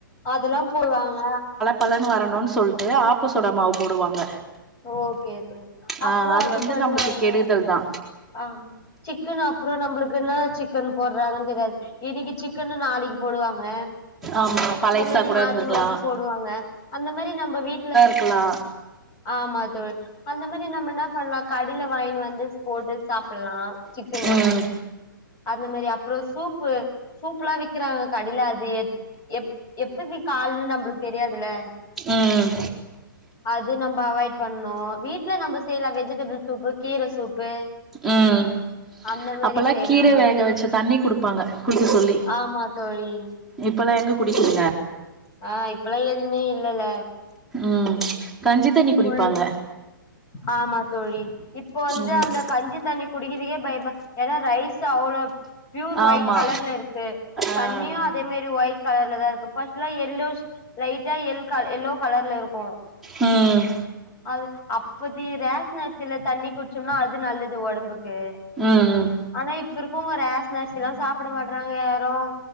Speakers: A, on the left (about 30°); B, in the centre.
A: அதல்லாம் போடுவாங்க.
B: பலன் வரணுன் சொல்ட்டு ஆப்ப சோடா மாவு போடுவாங்க.
A: ஓகே ஓகே ஓகே
B: ஆ
A: அப்புறோ அது
B: வந்து
A: பண்ணுவாங்க
B: நம்மளுக்கு கெடுதல் தா
A: ஆ. சிக்கனு அப்புறோ நம்புளுக்கு என்னா சிக்கன் போட்றாங்கன் தெரியாது. இன்னிக்கி சிக்கன்னு நாளைக்கி போடுவாங்க.
B: ஆமா பழைசா
A: இந்த மாரி
B: கூட
A: மாத்தி
B: இருந்திருக்கலா
A: மாத்தி போடுவாங்க அந்த மாரி நம்ப வீட்ல
B: க்கலா.
A: ஆமா தோழி அந்த மாரி நம்ம என்னா பண்லா கடில வாய்னு வந்து ஸ் போட்டு சாப்பில்லா. சிக்கனு.
B: ம்
A: அந்த மாரி அப்புறோ சூப்பு சூப்லா விக்கிறாங்க கடில அது எ எப் எப்பத்தி கால்ன்னு நம்புளுக் தெரியாதுல்ல.
B: ம்
A: அது நம் நம்ப அவாய்ட் பண்ணு வீட்ல நம்ப செய்லா வெஜிடபிள் சூப்பு கீர சூப்பு
B: ம்
A: அந்த மாரி
B: அப்பல்லா
A: செய்யலா
B: கீர வேக வச்ச தண்ணி குடுப்பாங்க குடிக்க சொல்லி
A: ஆமா தோழி
B: இப்பெல்லா எங்க குடிக்குதுங்க
A: ஆ இப்பல்லா எதுவுமே இல்லல்ல
B: ம் கஞ்சி தண்ணி குடிப்பாங்க
A: கூழ் ஆமா தோழி இப்போ வந்து
B: ம்
A: அந்த கஞ்சி தண்ணி குடிக்குதுக்கே பயமா ஏன்னா ரைஸ் அவ்ளோ ப்யூர்
B: ஆமா
A: ஒயிட் கலர்ல இருக்கு
B: ஆ
A: தண்ணியு அதே மேரி ஒயிட் கலர்ல தா இருக்கு ஃபஸ்ட்லா எல்லோஸ் லைட்டா எல் க எல்லோ கலர்ல இருக்கும்
B: ம்
A: அது அப் பதி ரேஷன் அரிசில தண்ணி குடிச்சோம்னா அது நல்லது ஒடம்புக்கு
B: ம் ம்
A: ஆனா இப்ப இருக்கவங்க ரேஷன் அரிசிலா சாப்ட மாட்றாங்க யாரும்